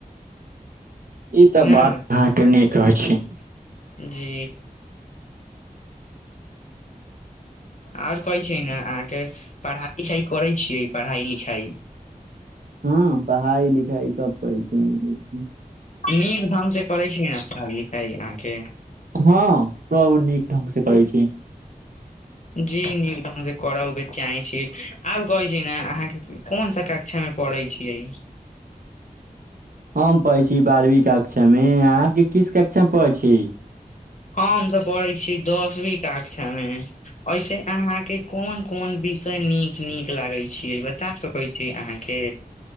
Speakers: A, on the right; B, on the left.
A: ई
B: कि
A: तऽ
B: ना
A: बात अहाँके नीक अछि
B: जी आओर कहै छैय ने अहाँके पढ़ाय लिखाय करै छियै पढ़ाय लिखाय
A: हँ पढ़ाय लिखाय सब करै छियै येहें से
B: नीक ढंग से करै छियै ने पढ़ाय लिखाय अहाँके
A: हँ सब नीक ढंग से करै छैय
B: जी नीक ढ़ग से करहुके चाहै छी आब कहय छी ने अहाँके कोन सा कक्षा मऽ पढ़ै छियै
A: हम पढ़ै छी बारहवीं कक्षा मे अहाँ के किस कक्षा मे पढ़ै छी
B: हम तऽ पढ़ै छी दसवीं कक्षा मऽ ऐसे अहाँके कोन कोन विषय नीक नीक लागय छैय बता सकै छी अहाँ के